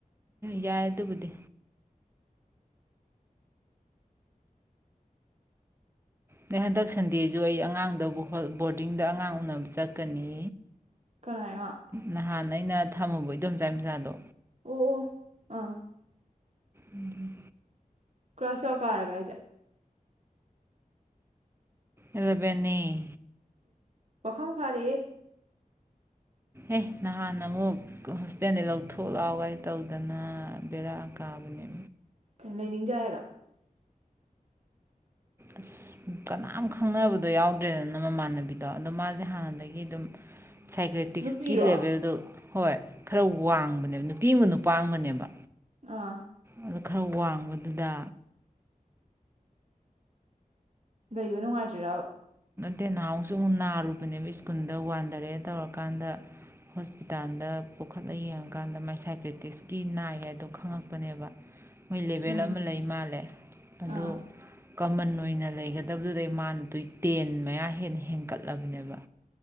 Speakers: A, on the right; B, on the right.
A: ꯌꯥꯏ ꯑꯗꯨꯕꯨꯗꯤ ꯅ ꯍꯟꯗꯛ ꯁꯟꯗꯦꯖꯨ ꯑꯩ ꯑꯉꯥꯡꯗꯕꯨ ꯕꯣꯔꯗꯤꯡꯗ ꯑꯉꯥꯡ ꯎꯅꯕ ꯆꯠꯀꯅꯤ
B: ꯀꯅꯥꯏꯉꯣ ꯑꯣ
A: ꯅꯍꯥꯟ ꯑꯩꯅ ꯊꯝꯃꯨꯕ ꯏꯟꯗꯣꯆꯥꯏ ꯃꯆꯥꯗꯣ
B: ꯑꯣ ꯑꯥ
A: ꯎꯝ
B: ꯀ꯭ꯂꯥꯁ ꯀꯌꯥ ꯀꯥꯔꯒꯦ ꯍꯥꯢꯁꯦ
A: ꯢꯂꯕꯦꯟꯅꯦꯌꯦ
B: ꯄꯥꯈꯪ ꯐꯥꯔꯦ
A: ꯑꯦ ꯅꯍꯥꯟ ꯑꯃꯨꯛ ꯍꯣꯁꯇꯦꯜꯗꯒꯤ ꯂꯧꯊꯣꯛ ꯂꯥꯎ ꯒꯥꯏ ꯇꯧꯗꯅ ꯕꯦꯔꯥ ꯀꯥꯕꯅꯦ
B: ꯂꯩꯅꯤꯡꯗꯦ ꯍꯥꯏꯔꯣ
A: ꯑꯁ ꯀꯅꯥꯝ ꯈꯪꯅꯕꯗꯣ ꯌꯥꯎꯗ꯭ꯔꯦꯗꯅ ꯃꯃꯥꯟꯅꯕꯤꯗꯣ ꯑꯗꯣ ꯃꯥꯁꯦ ꯍꯥꯟꯅꯗꯒꯤ ꯑꯗꯨꯝ ꯁꯥꯏꯀ꯭ꯔꯦꯇꯤꯛꯁꯀꯤ
B: ꯅꯨꯄꯤꯔꯣ
A: ꯂꯦꯚꯦꯜꯗꯨ
B: ꯑꯣ
A: ꯍꯣꯏ ꯈꯔ ꯋꯥꯡꯕꯅꯦꯕ ꯅꯨꯄꯤ ꯑꯃꯒ ꯅꯨ ꯅꯨꯄꯥꯝꯒꯅꯦꯕ
B: ꯑꯥ
A: ꯑꯗꯨ ꯈꯔ ꯋꯥꯡꯕꯗꯨꯗ
B: ꯂꯩꯕ ꯅꯨꯡꯉꯥꯏꯇ꯭ꯣꯏꯔꯕ
A: ꯇꯦ ꯅꯍꯥꯃꯨꯛꯁꯨ ꯑꯃꯨꯛ ꯅꯥꯔꯨꯕꯅꯦꯕ ꯁ꯭ꯀꯨꯜꯗ ꯋꯥꯟꯊꯔꯦ ꯇꯧꯔꯀꯥꯟꯗ ꯍꯣꯁꯄꯤꯇꯥꯜꯗ ꯄꯨꯈꯠꯂ ꯌꯦꯡꯉꯀꯥꯟꯗ ꯃꯥꯏ ꯁꯥꯏꯀ꯭ꯔꯦꯇꯤꯁꯀꯤ ꯅꯥꯏ ꯍꯥꯏꯗꯣ ꯈꯪꯉꯛꯄꯅꯦꯕ ꯃꯣꯏ ꯂꯦꯕꯦꯜ
B: ꯎꯝ
A: ꯑꯃ ꯂꯩ ꯃꯥꯜꯂꯦ ꯑꯗꯨ
B: ꯑꯥ
A: ꯀꯃꯟ ꯑꯣꯏꯅ ꯂꯩ ꯍꯒꯗꯕꯗꯨꯗꯩ ꯃꯥꯅ ꯇ ꯇꯦꯟ ꯃꯌꯥ ꯍꯦꯟꯅ ꯍꯦꯟꯀꯠꯂꯕꯅꯦꯕ